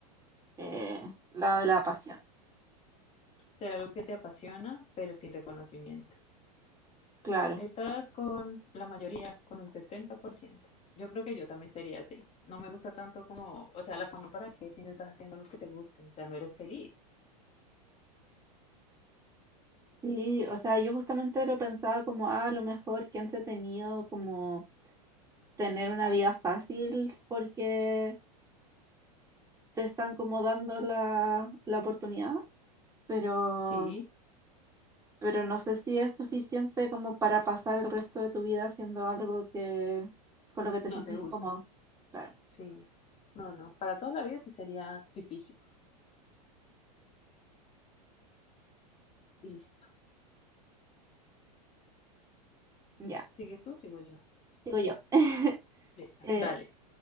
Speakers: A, on the right; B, on the left.
A: eh, la de la pasión,
B: Ser algo que te apasiona pero sin reconocimiento.
A: claro.
B: Estás con la mayoría, con un setenta por ciento Yo creo que yo también sería así. No me gusta tanto como, o sea, la fama para qué si no estás haciendo algo que te guste, o sea, no eres feliz.
A: Sí, o sea, yo justamente lo pensaba como, ah, a lo mejor que entretenido como tener una vida fácil porque te están como dando la, la oportunidad, pero,
B: Sí,
A: pero no sé si es suficiente como para pasar el resto de tu vida haciendo algo que con lo que te
B: No
A: sientes
B: te gusta.
A: incómodo. Claro,
B: Sí. No, no. Para toda la vida sí sería difícil. Listo.
A: ya,
B: ¿Sigues tú? Sigo yo.
A: sigo yo. <laughs>
B: Lista.
A: Eh,
B: Dale.